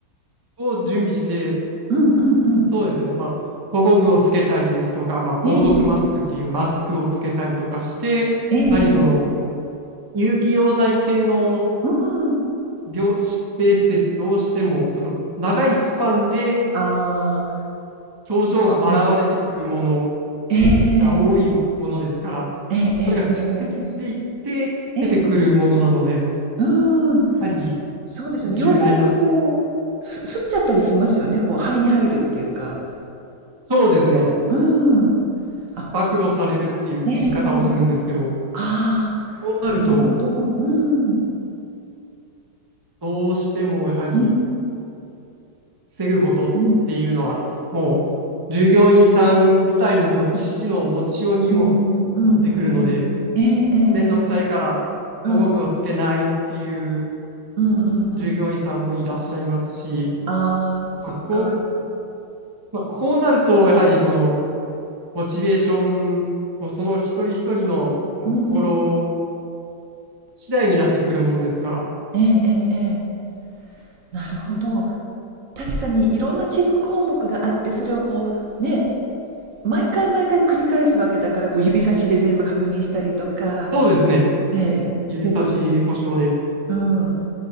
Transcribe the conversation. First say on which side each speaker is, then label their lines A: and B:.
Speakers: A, on the right (about 40°); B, on the right (about 55°).
A: を準備して、
B: うんうんうん。
A: そうですね。まあ、保護具をつけたりですとか、まあ、防毒マスクっていうマスクをつけたりとかして、
B: ええ
A: やはりその
B: ええ。ええええ。
A: 有機溶剤系の
B: うん。
A: 病、疾病ってどうしても、その長いスパンで
B: ああ、
A: 症状が現れてくるもの
B: うん。ええ
A: が多いものですから、
B: ええええええ
A: それが蓄積していって出てくるものなので、
B: ええ。え
A: や
B: うん、
A: はり
B: そうですよね。
A: 重大な、
B: 溶剤ってこう、す吸っちゃったりしますよね、こう肺に入るっていうか。
A: そうですね。
B: そう。うん。あ、
A: 暴露されるっていう言い方をするんですけど、
B: ええええ。ああ、
A: そうなると、
B: なるほど。うん。
A: どうしてもやはり
B: うん
A: 防ぐことっていうのは、
B: うん。
A: もう従業員さん自体のその意識の持ちようにもよってくるので、
B: うーん、うんうんうんうんうんうんうんええええええええ。
A: めんどくさいから保護具をつけないっていう
B: うん。うんうんうん。
A: 従業員さんもいらっしゃいますし、
B: ああ、そっか。
A: まあ、こう、まあ、こうなると、やはりそのモチベーションもその一人一人のもう心
B: うん。
A: 次第になってくるものですから。
B: ええええええ。なるほど。
A: うん
B: 確かにいろんなチェック項目があって、それをこう、ね、毎回毎回繰り返すわけだから、こう指差しで全部確認したりとか、
A: そうですね。
B: ええ、
A: 指差し故障で。
B: 全部うん、